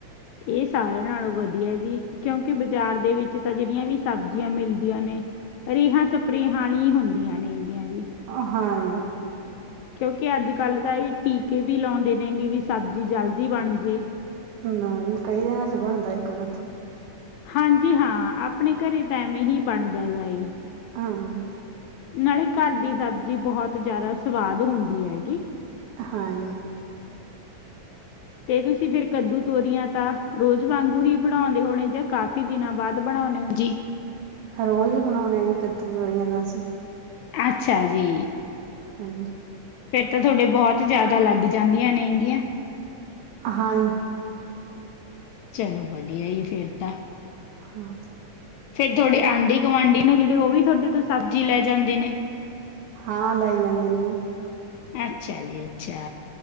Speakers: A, on the left; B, on the right.
A: ਇਹ ਸਾਰਿਆਂ ਨਾਲੋਂ ਵਧੀਆ ਜੀ ਕਿਉਂਕਿ ਬਾਜ਼ਾਰ ਦੇ ਵਿੱਚ ਤਾਂ ਜਿਹੜੀਆਂ ਵੀ ਸਬਜ਼ੀਆਂ ਮਿਲਦੀਆਂ ਨੇ <unintelligible>
B: ਅ ਹਾਏ।
A: ਕਿਉਂਕਿ ਅੱਜ-ਕੱਲ੍ਹ ਤਾਂ ਜੀ ਟੀਕੇ ਵੀ ਲਾਉਂਦੇ ਨੇਗੇ ਵੀ ਸਬਜ਼ੀ ਜਲਦੀ ਬਣ ਜੇ।
B: ਨਾਈ ਕਈ ਦਿਨਾਂ ਚ ਬਣਦਾ ਇੱਕ ਕੱਦੂ।
A: ਹਾਂਜੀ ਹਾਂ ਆਪਣੇ ਘਰੇ ਤਾਂ ਐਵੇਂ ਹੀ ਬਣਦਾ ਹੈ ਗ ਏ।
B: ਹਾਂ।
A: ਨਾਲੇ ਘਰ ਦੀ ਸਬਜ਼ੀ ਬਹੁਤ ਜ਼ਿਆਦਾ ਸਵਾਦ ਹੁੰਦੀ ਹੈਗੀ।
B: ਹਾਂ।
A: ਤੇ ਤੁਸੀਂ ਫੇਰ ਕੱਦੂ ਤੋਰੀਆਂ ਤਾਂ ਰੋਜ਼ ਵਾਂਗੂ ਹੀ ਬਣਾਉਂਦੇ ਹੋਣੇ ਜਾਂ ਕਾਫੀ ਦਿਨਾਂ ਬਾਅਦ ਬਣਾਉਂਦੇ ਹੋ ਜੀ?
B: ਰੋਜ਼ ਹੀ ਬਣਾਉਣਾ ਜੀ ਕੱਦੂ, ਤੋਰੀਆਂ ਦਾ ਅਸੀਂ।
A: ਅੱਛਾ ਜੀ।
B: ਹਾਂਜੀ।
A: ਫਿਰ ਤਾਂ ਤੁਹਾਡੇ ਬਹੁਤ ਜ਼ਿਆਦਾ ਲੱਗ ਜਾਂਦੀਆਂ ਨੇ ਇਹਗੀਆਂ।
B: ਹਾਂ।
A: ਚਲੋ ਵਧੀਆ ਫੇਰ ਤਾਂ।
B: ਹਾਂ।
A: ਫੇਰ ਥੋੜੇ ਆਂਢੀ, ਗੁਆਂਢੀ ਨੇ ਜਿਹੜੇ ਉਹ ਵੀ ਤੁਹਾਡੇ ਤੋਂ ਸਬਜ਼ੀ ਲੈ ਜਾਂਦੇ ਨੇ?
B: ਹਾਂ, ਲੈ ਜਾਂਦੇ ਨੇ ਜੀ।
A: ਅੱਛਾ ਜੀ, ਅੱਛਾ।